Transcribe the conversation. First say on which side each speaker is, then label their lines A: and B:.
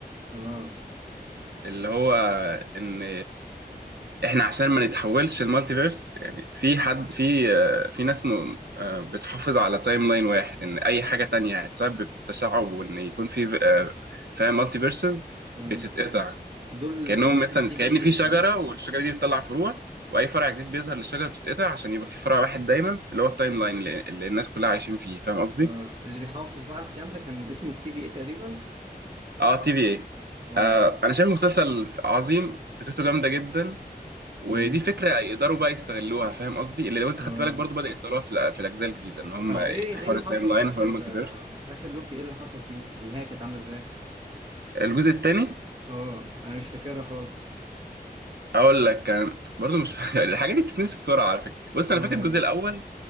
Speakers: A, on the right (about 30°); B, on the right (about 80°).
A: اه
B: اللي هو ان احنا عشان ما نتحولش المالتي فيرس يعني في حد في آه، في ناس م... آه، بتحافظ على تايم لاين واحد ان اي حاجه تانية هتسبب تشعب وان يكون في آه، فاهم مالتي فيرسز
A: اه
B: بتتقطع
A: دول اللي
B: كانهم
A: كانوا
B: مثلا
A: تي
B: كأن
A: في اي
B: في شجره
A: صح؟
B: والشجره دي بتطلع فروع واي فرع جديد بيظهر للشجره بتتقطع عشان يبقى في فرع واحد دايما اللي هو التايم لاين اللي اللي الناس كلها عايشين فيه فاهم قصدي
A: اه اللي بيحافظ بقى على الكلام ده كان اسمه التي في اي تقريبا
B: اه تي في اي
A: اه
B: آه انا شايف مسلسل عظيم فكرته جامده جدا ودي
A: امم
B: فكره يقدروا بقى يستغلوها فاهم قصدي اللي لو انت
A: اه
B: خدت بالك برضو بدأ يستغلوها في الأ- في الاجزاء الجديده ان هم
A: طب ايه
B: حوار
A: ايه اللي
B: التايم
A: حصل
B: لاين
A: في اخر
B: وحوار المالتيفيرس
A: آه، اخر لوكي ايه اللي حصل فيه النهايه كانت عامله ازاي
B: الجزء الثاني
A: اه انا مش فاكرها خالص
B: اقول لك كان برضو مش فاكر <laughs> الحاجات دي بتتنسي بسرعه على فكره بص
A: اه
B: انا فاكر الجزء الاول